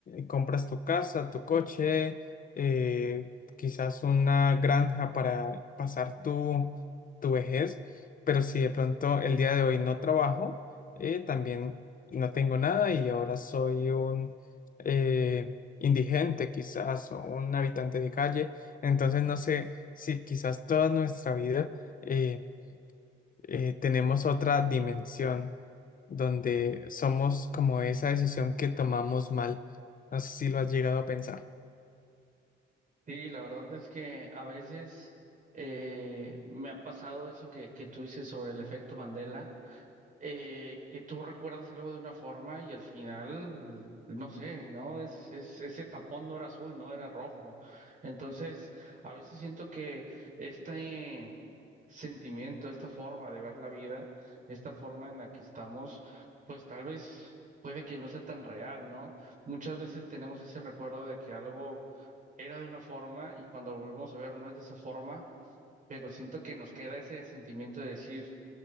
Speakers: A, on the left; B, on the right.
A: compras tu casa, tu coche, eh, quizás una granja para pasar tu, tu vejez, pero si de pronto el día de hoy no trabajo, eh, también no tengo nada y ahora soy un eh, indigente quizás o un habitante de calle, entonces no sé si quizás toda nuestra vida... eh, eh, tenemos otra dimensión donde somos como esa decisión que tomamos mal. No sé si lo has llegado a pensar.
B: Sí, la verdad es que a veces eh, me ha pasado eso que, que tú dices sobre el efecto Mandela. eh, que tú recuerdas algo de una forma y al final, no sé, ¿no? Es, es, ese tapón no era azul, no era rojo. Entonces, a veces siento que este sentimiento, esta forma de ver la vida, esta forma en la que estamos, pues tal vez puede que no sea tan real, ¿no? Muchas veces tenemos ese recuerdo de que algo era de una forma y cuando lo volvemos a ver no es de esa forma, pero siento que nos queda ese sentimiento de decir,